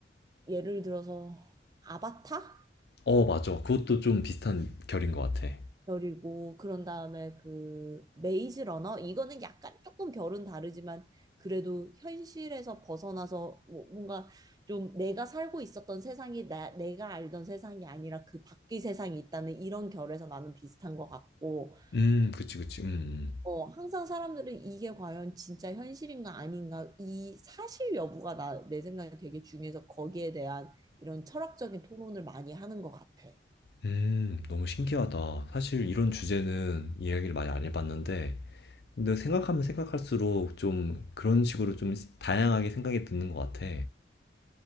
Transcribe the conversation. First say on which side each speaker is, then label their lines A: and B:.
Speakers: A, on the right; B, on the left.
A: 예를 들어서 아바타?
B: 어, 맞아. 그것도 좀 비슷한 결인 것 같아.
A: 결이고 그런 다음에 그 메이즈 러너 이거는 약간 조금 결은 다르지만 그래도 현실에서 벗어나서 뭐- 뭔가 좀 내가 살고 있었던 세상이 나, 내가 알던 세상이 아니라 그 밖의 세상이 있다는 이런 결에서 나는 비슷한 것 같고
B: 음, 그치, 그치, 음,
A: 어, 항상 사람들은 이게 과연 진짜 현실인가 아닌가 이 사실 여부가 나, 내 생각에 되게 중요해서 거기에 대한 이런 철학적인 토론을 많이 하는 것 같아.
B: 음. 음, 너무 신기하다. 사실 이런 주제는 이야기를 많이 안 해봤는데, 근데 생각하면 생각할수록 좀 그런 식으로 좀 다양하게 생각이 드는 것 같아.